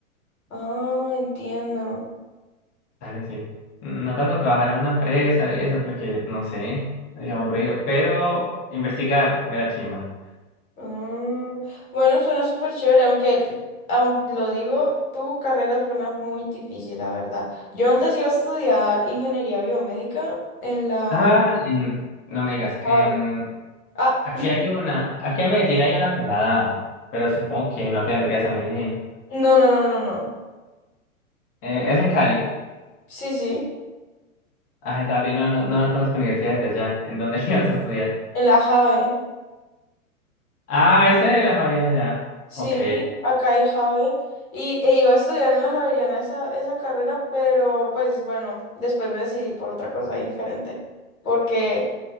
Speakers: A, on the left; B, on the left.
A: ah, entiendo.
B: Dale, sí. No tanto trabajar en una empresa y eso, porque no sé, es aburrido. Pero investigar, mera chimba.
A: Mm, bueno, suena súper chévere, aunque, t- aun- lo digo, tu carrera suena muy difícil, la verdad. Yo antes iba a estudiar ingeniería biomédica en la
B: Ah, en- no me digas, en
A: JAVE. Ah,
B: aquí hay una, aquí en Medellín hay una que la da, pero supongo que no te vendrías a Medellín.
A: no, no, no, no, no.
B: Eh, es en Cali.
A: Sí, sí,
B: Ah, Cali, no, no, no conozco universidades de allá. ¿En dónde <laughs> le vas a estudiar?
A: en la JAVE.
B: Ah, hice de las Javeriana allá.
A: Sí,
B: Ok,
A: acá hay JAVE. Y e iba a estudiar en la Javeriana esa, esa carrera, pero pues bueno, después me decidí por otra cosa diferente. Porque